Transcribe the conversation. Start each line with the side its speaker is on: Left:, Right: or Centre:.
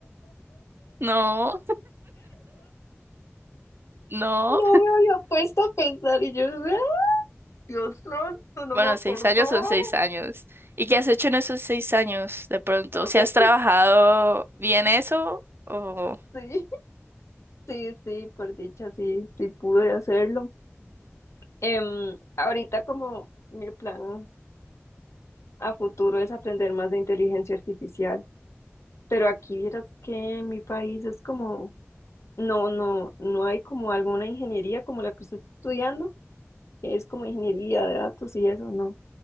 Right: No, <laughs> no.
Left: No me había puesto a pensar y yo, <laughs> Dios santo, no
Right: Bueno,
Left: me acordaba.
Right: seis años son seis años. ¿Y qué has hecho en esos seis años de pronto? ¿Si
Left: Eh,
Right: has trabajado bien eso? O...
Left: sí, sí, sí, por dicha, sí, sí pude hacerlo. Em, ahorita como mi plan a futuro es aprender más de inteligencia artificial, pero aquí vieras que en mi país es como, no, no, no hay como alguna ingeniería como la que usted está estudiando, que es como ingeniería de datos y eso, no.